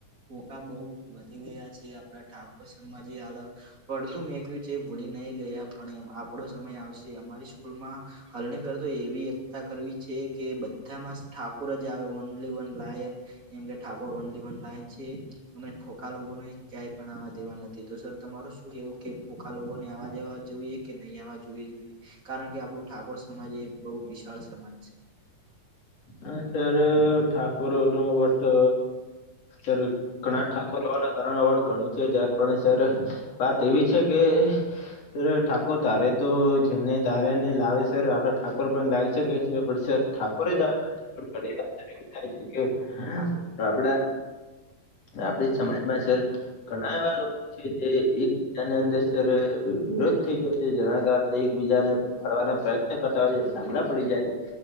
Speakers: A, on the right; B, on the left.
A: ફોકા બો વધી ગયા છે આપડા ઠાકોર સમાજે હાલ પડતું મેંકયું છે ભૂલી નઈ ગયા પણ આપડો સમય આવશે. અમારી સ્કૂલમાં હાલને પે તો એવી એકતા કરવી છે કે બધામાં ઠાકોર જ આવે ઓનલી વન લાયન એમ કે ઠાકોર વન લાયન છે. ભલે ફોકા લોકોને ક્યાં પણ આવા દેવા નથી તો સર તમાર શું કેવું કે ફોકા લોકો ને આવા દેવા જોઈએ. કે નય આવા જોઈએ જોઈએ કારણ કે આપણું ઠાકોર સમાજ એ બો વિશાળ સમાજ છે.
B: હા ત્યારે ઠાકોરો નું વટે સર ગણા ઠાકોર હોવાના કારણ અવર્ડ ઘણું છે <unintelligible> સર વાત એવી છે કે સર ઠાકોર ધારે તો જેને ધારે ને લાવે સર આપડે ઠાકોર પણ લાવી શકે છીએ પણ કોને હોય એવું થાય છે કે આપડા આપડી સમાજમાં સર ઘણા એવા લોકો છે જે એકબીજાની અંદર સર વિરોધ થઈ ગયો છે જેના કારણે એકબીજા ને ફાડવાના પ્રયત્ન કરતા હોય છે ધાંગલા પડી જાય